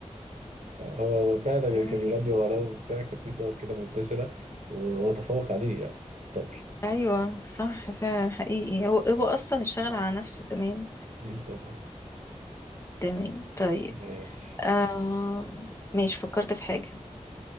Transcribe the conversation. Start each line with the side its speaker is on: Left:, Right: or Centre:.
Right: هو فعلا اللي
Left: جميل
Right: كان بيغني وراه وبتاع كان في صور كده منتشرة وتفوق عليه يعني طبر
Left: ايوه صح فعلا حقيقي هو هو اصلا اشتغل على نفسه كمان
Right: مين ده بقى؟
Left: تمام طيب
Right: ماشي
Left: آه ماشي فكرت في حاجه